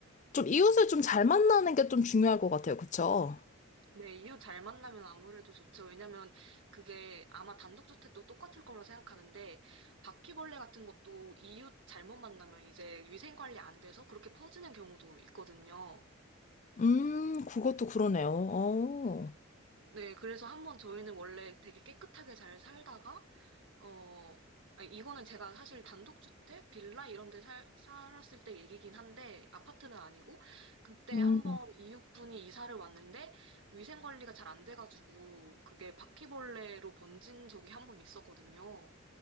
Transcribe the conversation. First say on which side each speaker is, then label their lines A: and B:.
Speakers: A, on the left; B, on the right.
A: 좀 이웃을 좀 잘 만나는 게 좀 중요할 것 같아요. 그쵸?
B: 네, 이웃 잘 만나면 아무래도 좋죠. 왜냐면 그게 아마 단독주택도 똑같을 거라 생각하는데 바퀴벌레 같은 것도 이웃 잘못 만나면 이제 위생관리 안 돼서 그렇게 퍼지는 경우도 있거든요.
A: 음 그것도 그러네요. 어.
B: 네, 그래서 한번 저희는 원래 되게 깨끗하게 잘 살다가 어, 아니, 이거는 제가 사실 단독주택, 빌라 이런 데 살, 살았을 때 얘기긴 한데, 아파트는 아니고, 그때
A: 음.
B: 한번
A: 음.
B: 이웃분이 이사를 왔는데, 위생관리가 잘 안 돼가지고, 그게 바퀴벌레로 번진 적이 한번 있었거든요.